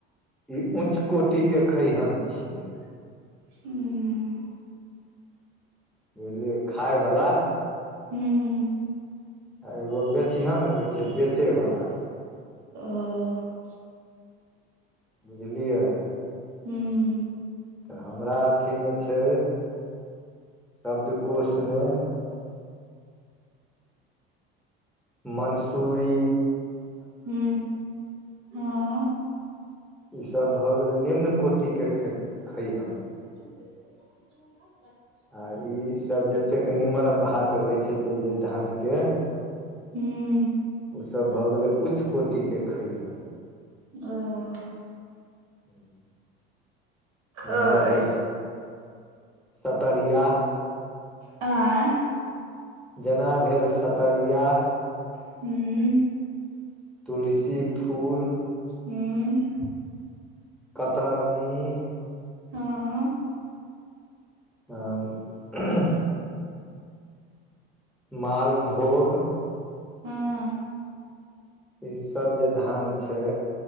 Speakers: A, in the centre; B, on the right.
A: ई ऊँच कोटि के खैहन छियै।
B: हूँ।
A: बुझलियै खाय बला।
B: हूँ।
A: आ एगो बेचिहन होइ छै बेचयवला।
B: ओ
A: बुझलियै।
B: हूं।
A: तऽ हमरा अथी मे छै शब्दकोष में। मन्सूरी
B: हू हँ।
A: ई सब भऽ गेले निम्न कोटि के ख खैहर- -
B: <inaudible>
A: आ ई सब जतेक नीमन भात होइ छै जे -जे धानके- -
B: हू- -
A: ओ सब भऽ गेलै उच्च कोटिके खैहर- -
B: ओ- -
A: हू- - जेना
B: अय
A: भेल सतरिया --
B: ऐह- -
A: जेना भेल सतरियाह- -
B: ऊं --
A: तुलसी फूल- -
B: हूँ- -
A: कतरनी- -
B: हँ- -
A: तब ह - ह- - मालभोग- -
B: हँ- -
A: ई सब जे धान छै।